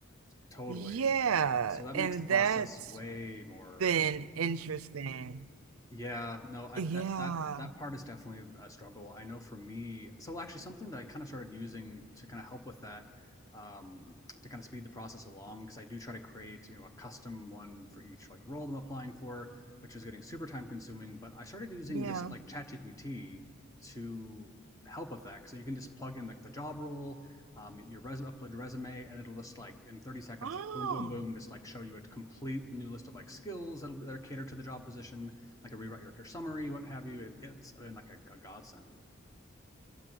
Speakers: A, on the left (about 15°); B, on the right (about 85°).
A: totally.
B: yeah
A: Yeah. So that
B: and
A: makes the process
B: that's
A: way more
B: been interesting
A: Yeah, no, I,
B: yeah
A: that that that part is definitely a struggle. I know for me, so actually something that I kind of started using to kind of help with that, um, to kind of speed the process along, because I do try to create, you know, a custom one for each like role I'm applying for, which is getting super time consuming. But I started using
B: yeah
A: just like ChatGPT to help with that, so you can just plug in like the job role, um, your resume, upload your resume, and it'll just like in 30 seconds,
B: oh
A: like boom, boom, boom, just like show you a complete new list of like skills that'll be that are catered to the job position like a rewrite your summary, what have you. It, it's been like a, a godsend.